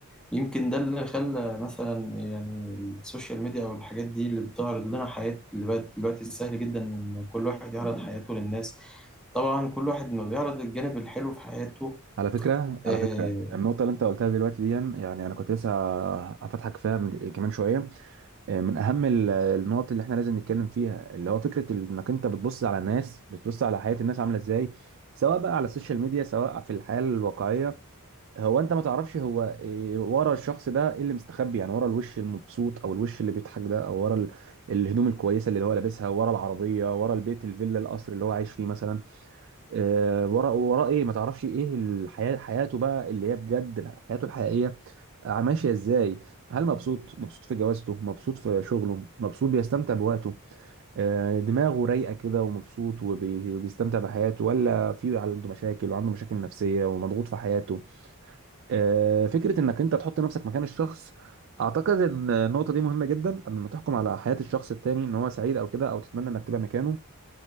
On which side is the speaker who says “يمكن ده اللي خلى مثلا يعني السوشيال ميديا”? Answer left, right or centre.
Centre